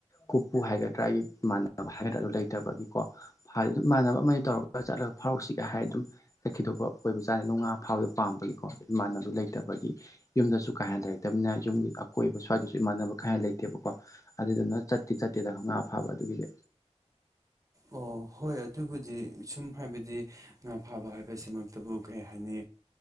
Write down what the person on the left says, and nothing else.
ꯀꯄꯨ ꯍꯥꯏꯒ꯭ꯔꯥ ꯑꯩꯒ ꯃꯥꯟꯅꯕ ꯍꯥꯏꯒꯗ꯭ꯔꯥ ꯑꯗꯨ ꯂꯩꯇꯕꯒꯤ ꯀꯣ ꯍꯥꯢꯗꯤ ꯑꯗꯨꯝ ꯃꯥꯟꯅꯕ ꯑꯃ ꯇꯧꯔꯒ ꯆꯠꯂꯒ ꯐꯥꯎꯔꯛꯁꯤꯒ ꯍꯥꯏꯔ ꯑꯗꯨꯝ ꯆꯠꯈꯤꯗꯧꯕ ꯑꯣꯏꯕꯖꯥꯠꯅꯤ ꯉꯥ ꯐꯥꯕꯗ ꯄꯥꯝꯕꯒꯤꯀꯣ ꯏꯃꯥꯟꯅꯕ ꯂꯩꯇꯕꯒꯤ ꯌꯨꯝꯗꯁꯨ ꯀꯥ ꯍꯦꯟ ꯂꯩꯔꯛꯇꯕꯅꯤ ꯌꯨꯝꯒꯤ ꯑꯀꯣꯏꯕ ꯁ꯭ꯋꯥꯏꯗꯁꯨ ꯏꯃꯥꯟꯅꯕ ꯈꯩꯥꯏ ꯂꯩꯇꯦꯕꯀꯣ ꯑꯗꯨꯗꯨꯅ ꯆꯠꯇꯦ ꯆꯠꯇꯦꯗ ꯐꯥꯕ ꯑꯗꯨꯒꯤꯗꯤ